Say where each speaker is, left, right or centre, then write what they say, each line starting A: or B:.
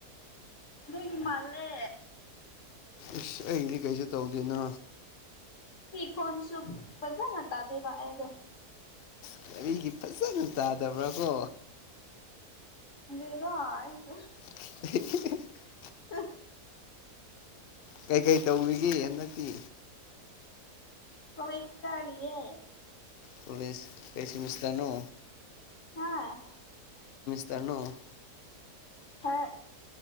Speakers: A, on the left; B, on the left.
A: ꯅꯣꯏꯒꯤ ꯃꯥꯜꯂꯦ
B: ꯏꯁ ꯑꯩꯗꯤ ꯀꯩꯁꯨ ꯇꯧꯗꯦꯅ
A: ꯀꯣꯟꯁꯨꯕ ꯐꯖꯥꯅ ꯇꯥꯗꯦꯕ ꯑꯦꯗꯣ
B: ꯀꯒꯥꯔꯤꯒꯤ ꯐꯖꯅ ꯇꯥꯗꯕ꯭ꯔꯥ ꯀꯣ
A: ꯦꯒꯁꯨ
B: <unintelligible>
A: ꯑ
B: ꯀꯩꯀꯩ ꯇꯧꯔꯤꯒꯦ ꯍꯟꯗꯛꯇꯤ
A: ꯃ ꯑꯦꯛꯁꯇ꯭ꯔꯥꯔꯦ
B: ꯄꯨꯂꯤꯁ ꯀꯩꯁꯤ ꯃꯤꯁꯇꯅꯨ
A: ꯍꯣꯏ
B: ꯇꯅꯣ
A: ꯍꯥ